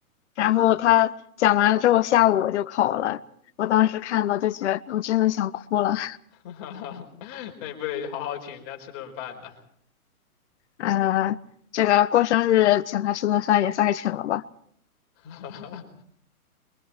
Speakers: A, on the left; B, on the left.
A: 然后他讲完了之后，下午我就考了。我当时看到就觉得我真的想哭了。
B: <laughs> 那你不得好好请人家吃顿饭呢？
A: 呃，这个过生日请他吃顿饭也算是请了吧，
B: <laughs>